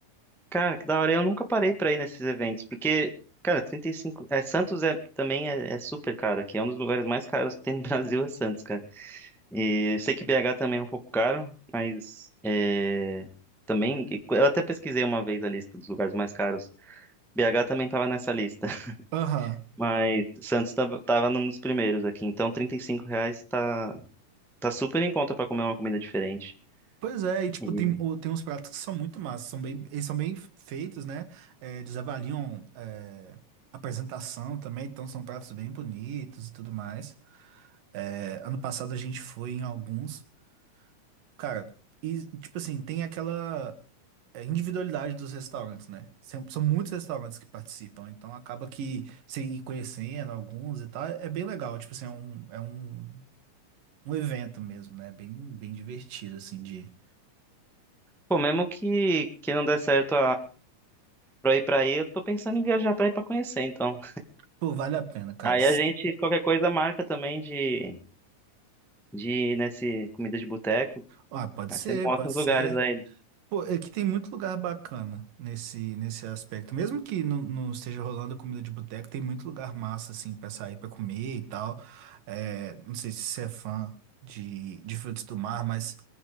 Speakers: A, in the centre; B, on the right.
A: Cara, que da hora. Eu nunca parei pra ir nesses eventos, porque, cara, 35. É, Santos é, também é, é super caro aqui. É um dos lugares mais caros que tem no <laughs> Brasil, é Santos, cara. E eu sei que BH também é um pouco caro, mas é, também. Eu até pesquisei uma vez a lista dos lugares mais caros. BH também tava nessa lista, <laughs>
B: Aham.
A: mas Santos tava, tava num dos primeiros aqui. Então, 35 reais tá, tá super em conta pra comer uma comida diferente.
B: Pois é, e tipo,
A: E,
B: tem, o- tem uns pratos que são muito massas, são bem, eles são bem feitos, né? É, eles avaliam é, a apresentação também, então são pratos bem bonitos e tudo mais. É, ano passado a gente foi em alguns, cara, e tipo assim, tem aquela é, individualidade dos restaurantes, né? São, são muitos restaurantes que participam, então acaba que você ir conhecendo alguns e tal, é bem legal, tipo assim, é um, é um, um evento mesmo, né? Bem, bem divertido, assim, de.
A: Pô, mesmo que, que não dê certo pra eu ir pra aí, eu tô pensando em viajar pra ir pra conhecer, então.
B: Pô, vale a pena, cara.
A: Aí a gente, qualquer coisa, marca também de, de ir nesse comida de boteco.
B: Ah, pode
A: Aí
B: ser,
A: você me mostra
B: pode
A: os
B: ser.
A: lugares aí.
B: Pô, é que tem muito lugar bacana nesse, nesse aspecto. Mesmo que não, não esteja rolando comida de boteco, tem muito lugar massa, assim, pra sair, pra comer e tal. É, não sei se você é fã de, de frutos do mar, mas